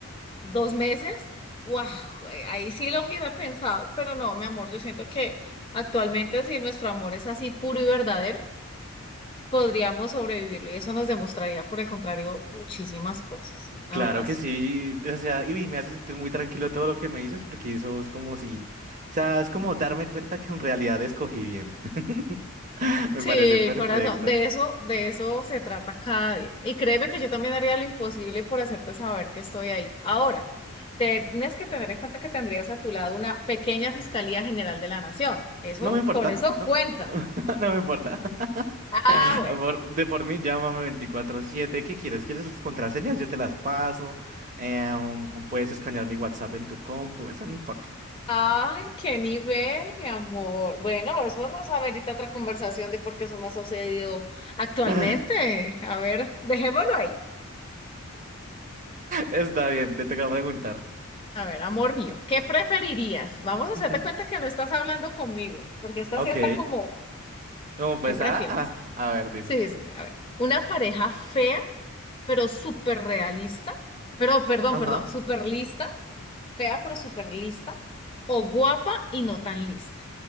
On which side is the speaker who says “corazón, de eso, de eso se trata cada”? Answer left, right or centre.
Left